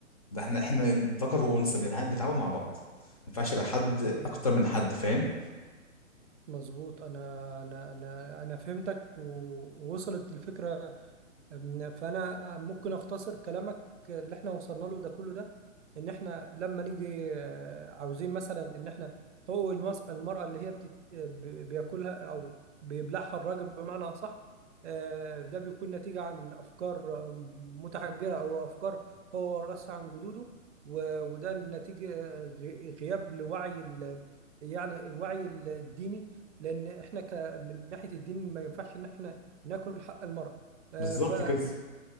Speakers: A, on the left; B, on the right.
A: ده احنا احنا ذكر وانثى بنتع- بنتعاون مع بعض ما ينفعش يبقى حد
B: أبو-
A: اكتر من حد فاهم
B: مظبوط انا انا انا انا فهمتك و- ووصلت الفكرة أم، فانا أه، ممكن اختصر كلامك اللي احنا وصلنا له ده كله ده ان احنا لما نيجي آه، عاوزين مثلا ان احنا حقوق المس- المرأة اللي هي بتت... آه، ب- بياكلها او بيبلعها الراجل بمعنى اصح آه، ده بيكون نتيجة عن افكار آه، متحجرة او افكار هو ورثها عن جدوده و- وده نتيجة آه، غ- غياب لوعي ال... يعني الوعي الديني لان احنا ك... من ناحية الدين ما ينفعش ان احنا ناكل حق المرأة آه،
A: بالظبط
B: ف
A: كده